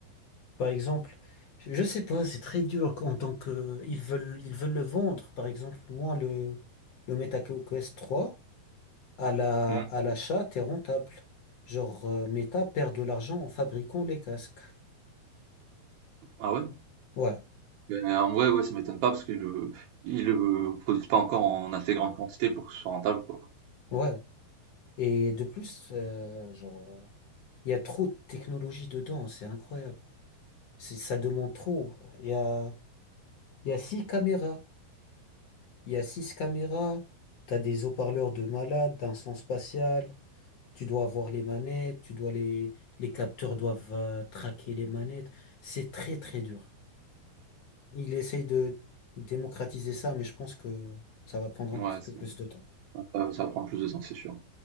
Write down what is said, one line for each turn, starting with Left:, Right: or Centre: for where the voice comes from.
Left: Par exemple, je sais pas, c'est très dur en tant que ils veulent ils veulent le vendre. Par exemple, moi le le MetaQuest trois à la
Right: Hmm.
Left: à l'achat, t'es rentable. Genre euh, Meta perd de l'argent en fabriquant les casques.
Right: Ah ouais?
Left: Ouais,
Right: Ben, en vrai, ouais, ça m'étonne pas parce qu'ils le, ils le produisent pas encore en assez grande quantité pour que ce soit rentable, quoi.
Left: ouais. Et de plus, euh, genre il y a trop de technologie dedans, c'est incroyable. C'est- ça demande trop. Il y a il y a six caméras, il y a six caméras. T'as des haut-parleurs de malade, d'un son spatial. Tu dois avoir les manettes, tu dois les, les capteurs doivent euh, traquer les manettes. C'est très, très dur. Il essaye de démocratiser ça, mais je pense que ça va prendre un
Right: Ouais,
Left: petit peu
Right: ça
Left: plus de temps.
Right: ça ça prend plus de temps, c'est sûr.